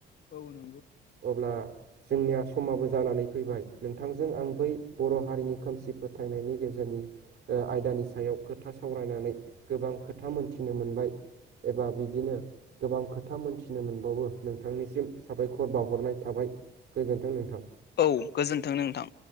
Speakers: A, on the left; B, on the right.
A: औ नोंथां
B: अब्ला जोंनिया समाबो जानानै फैबाय नोंथांजों आं बै बर' हारिनि खोमसि फोथायनायनि गेजेरनि। आयदानि सायाव खोथा सावरायनानै गोबां खोथा मोनथिनो मोनबाय। एबा बिदिनो गोबां खोथा मोनथिनो मोनबावो नोंथांनिसिम साबायखर बावहरनाय थाबाय। गोजोन्थों नोंथां।
A: औ गोजोन्थों नोंथां।